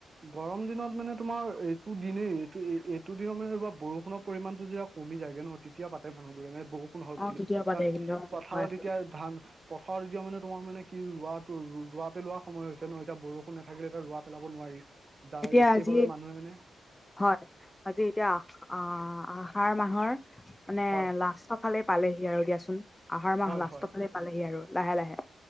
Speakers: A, on the right; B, on the left.
A: গৰম দিনত মানে তোমাৰ এইটো দিনেই এইটো-এইটো দিনত মানে বৰষুণৰ পৰিমানটো যে কমি যায়গে ন তেতিয়া পাতে মানুহবোৰে মানে বৰষুণহওক
B: অঁ
A: বুলি,
B: তেতিয়া পাতে
A: কাৰণ
B: কিন্তু অ,
A: পথাৰত
B: হয় হয়
A: এতিয়া ধান পথাৰত এতিয়া মানে তোমাৰ মানে কি ৰোৱাটো-ৰোৱা পেলোৱা সময় হৈছে ন, এতিয়া বৰষুণ নাথাকিলে এতিয়া ৰোৱা পেলাব নোৱাৰি। যাৰ
B: এতিয়া
A: সেইবাবে
B: আজি
A: মানুহে মানে
B: হয়। আজি এতিয়া আহ-আহাৰ মাহৰ মানে
A: হয়।
B: লাষ্টৰ ফালে পালেহি আৰু দিয়াচোন, আহাৰ মাহ
A: হয়
B: লাষ্টৰ
A: হয়
B: ফালে পালেহি আৰু লাহে-লাহে।